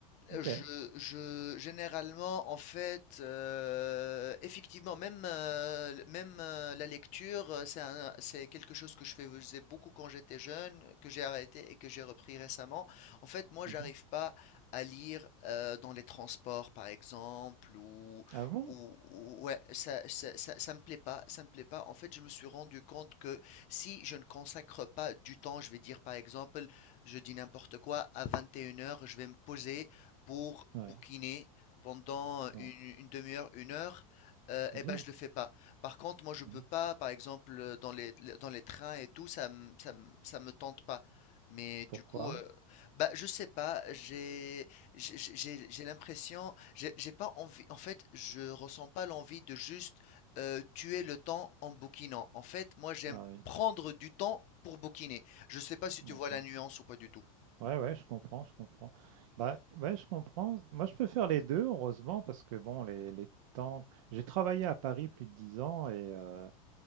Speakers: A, on the right (about 65°); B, on the left (about 40°).
A: Ok.
B: je je généralement, en fait, heu, effectivement, même, heu, l même, heu, la lecture, heu, c'est un c'est quelque chose que je faisais beaucoup quand j'étais jeune, que j'ai arrêté et que j'ai repris récemment. En fait, moi,
A: Mhm.
B: j'arrive pas à lire, heu, dans les transports, par exemple, ou
A: Ah bon?
B: ou ou ouais, ça ça ça ça me plaît pas ça me plaît pas. En fait, je me suis rendu compte que si je ne consacre pas du temps, je vais dire, par exemple, je dis n'importe quoi, à vingt et une heures je vais me poser pour bouquiner
A: Ouais,
B: pendant
A: ouais.
B: une, une demi-heure, une heure, euh,
A: C'est
B: eh
A: bien.
B: ben je le fais pas. Par contre, moi je
A: Mhm.
B: peux pas, par exemple, euh, dans les, le- dans les trains et tout, ça me, ça me, ça me tente pas. Mais du
A: Pourquoi?
B: coup, euh, bah je sais pas, j'ai, j'ai, j'ai j'ai- j'ai l'impression, j'ai j'ai pas envie. En fait, je ressens pas l'envie de juste euh, tuer le temps en bouquinant. En fait, moi j'aime
A: Ah oui,
B: prendre du temps pour bouquiner. Je sais pas si tu
A: d'accord.
B: vois la nuance ou pas du tout.
A: Ouais, ouais, je comprends, je comprends. Bah, ouais, je comprends. Moi, je peux faire les deux, heureusement, parce que bon, les, les temps. J'ai travaillé à Paris plus de 10 ans et euh,